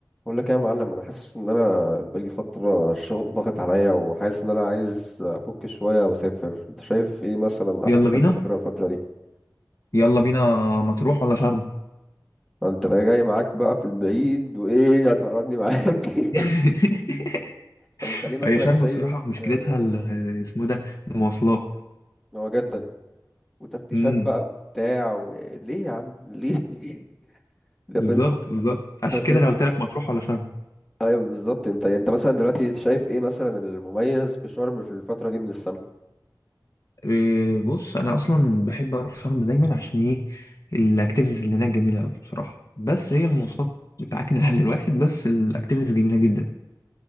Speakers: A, in the centre; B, on the left.
A: بقول لك إيه يا معلم انا حاسس ان انا بقالي فتره الشغل ضاغط عليا وحاسس ان انا عايز افك شويه واسافر انت شايف ايه مثلا
B: يلا
A: احسن
B: بينا
A: حته اسافرها الفتره دي
B: يلا بينا مطروح ولا شرم
A: انت جاي معاك بقى في البعيد وايه هتفرجني معاك <laughs>
B: <laughs>
A: طب انت ليه مثلا
B: هي شرم
A: شايف
B: بصراحة مشكلتها
A: آه،
B: ال- اسمه ده المواصلات
A: إن هو جدا وتفتيشات
B: امم
A: بقى وبتاع و... ليه يا عم ليه <laughs> طب
B: بالظبط
A: انت
B: بالظبط عشان
A: انت
B: كده انا قلت لك مطروح ولا شرم
A: ايوه بالظبط انت انت مثلا دلوقتي شايف ايه مثلا المميز في شرم في الفتره دي من السنه
B: إيه، بص انا اصلا بحب اروح شرم دايما عشان ايه الاكتيفيتيز اللي هناك جميلة قوي بصراحة بس هي المواصلات بتاعتنا على الواحد بس الاكتيفيتيز جميلة جدا